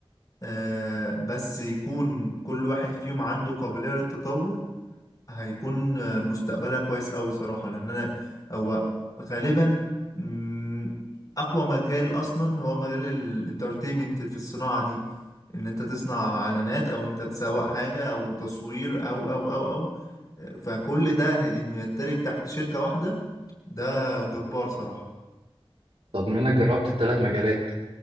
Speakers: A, on the left; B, on the right.
A: آه، بس يكون كل واحد فيهم عنده قابلية للتطور هيكون مستقبلها كويس أوي صراحة لأن أنا هو غالبا مم، أقوى مجال أصلا هو مجال الانترتينمنت في الصناعة دي إن أنت تصنع إعلانات أو إن أنت تسوق حاجة أو تصوير أو أو أو أو فكل ده إنه يندرج تحت شركة واحدة ده جبار صراحة
B: طب منك جربت الثلاث مجالات